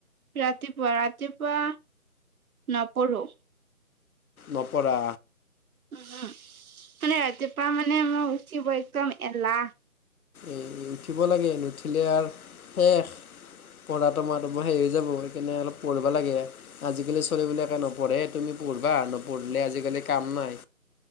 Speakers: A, on the right; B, on the left.
A: ৰাতিপুৱা, ৰাতিপুৱা নপঢ়ো।
B: নপৰা।
A: উহুম, মানে ৰাতিুৱা মানে মোৰ উঠিব একদম এলাহ।
B: উম উঠিব লাগে, নুঠিলে আৰু শেষ। পঢ়াতো মই সেই হৈ যাব। সেইকাৰনে অলপ পঢ়িবা লাগে। আজিকালি চলি বিলাকে নপঢ়ে। তুমি পঢ়িবা নোপঢ়িলে আজিকালি কাম নাই।